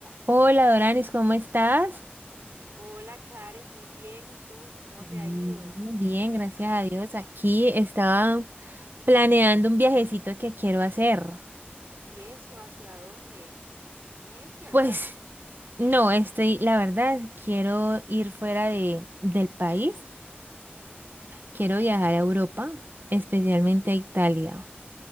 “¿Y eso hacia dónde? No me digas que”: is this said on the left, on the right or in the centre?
Right